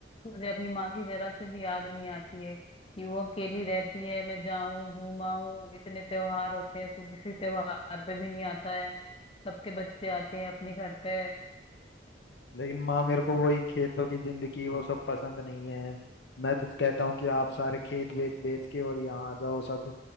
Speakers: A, on the left (about 30°); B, on the left (about 65°).
A: तुझे अपनी माँ की जरा सी भी याद नहीं आती है कि वो अकेली रहती है मैं जाऊं घूमाऊं इतने त्योहार होते हैं तू किसी त्योहार पे भी नहीं आता है सबके बच्चे आते हैं अपने घर पे
B: लेकिन माँ मेरे को वही खेतों की जिंदगी वो सब पसंद नहीं है मैं तो कहता हूँ कि आप सारे खेत वेत बेच के और यहाँ आ जाओ सब